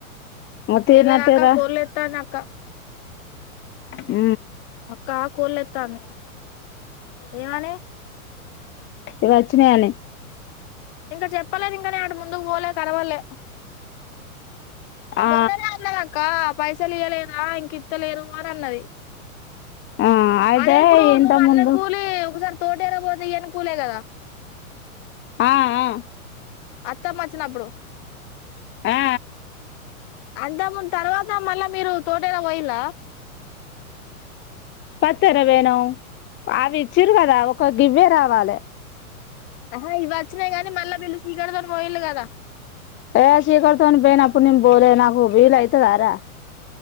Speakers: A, on the left; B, on the left.
A: తీరినట్టేరా
B: ఎలా అక్క కోర్లేత్తానా క్క
A: ఊ
B: అక్క ఆక్కూర్లు ఏత్తాంది ఏమనే
A: ఇవచ్చినయనే
B: ఇంక చెప్పలేదు ఇంకనే అటు ముందుకు పోలే కనపల్లే
A: ఆ
B: మొన్ననే అన్నదక్క పైసలు ఇయ్యలేదా, ఇంకిత్తలేరు అని అన్నది.
A: ఆ అయితే
B: అదే ఇప్పుడు
A: ఇంత
B: నువ్వు అన్న
A: ముందు
B: కూలి ఒకసారి. తోట ఇరబోతే ఎనుకూలే కదా.
A: ఆ ఆ
B: అత్తమ్మచ్చినప్పుడు
A: ఆ
B: అంత ముందు తర్వాత మళ్ళా మీరు తోటెల పోయిల్లా
A: పత్తర వేనామ్ అవి ఇచ్చిరు కదా ఒక గివ్వే రావు వాలె
B: ఆహా ఇవి వచ్చినాయి. గానీ మళ్ళీ వీళ్ళు శ్రీకరుతోని పోయిళ్ళు కదా
A: ఏ శీకర్తోని పోయినప్పుడు నేన్ బోలే నాకు వీల అయితదారా.